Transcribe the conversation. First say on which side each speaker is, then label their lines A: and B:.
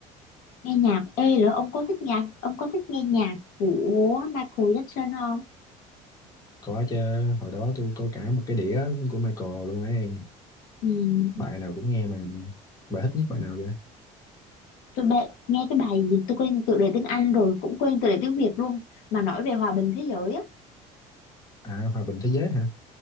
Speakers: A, on the left; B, on the left.
A: nghe nhạc ê rồi ông có thích nhạc ông có thích nghe nhạc của Michael Jackson không
B: có chứ hồi đó tôi có cả một cái đĩa của Michael luôn ấy
A: ừ,
B: bài nào cũng nghe mà bài thích nhất bài nào vậy
A: tôi bệ, nghe cái bài gì tôi quên tựa đề tiếng Anh rồi cũng quên tựa đề tiếng Việt luôn mà nói về hòa bình thế giới á
B: à hòa bình thế giới hả